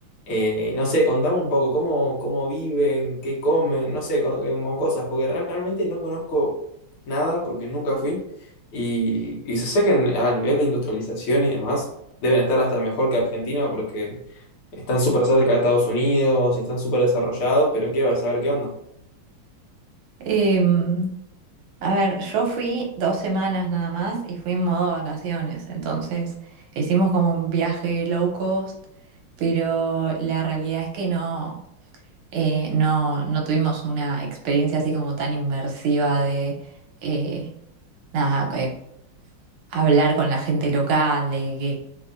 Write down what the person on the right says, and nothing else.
Em, a ver, yo fui dos semanas nada más y fui en modo vacaciones, entonces hicimos como un viaje low cost, pero la realidad es que no, eh, no, no tuvimos una experiencia así como tan inmersiva de eh, nada, que hablar con la gente local, de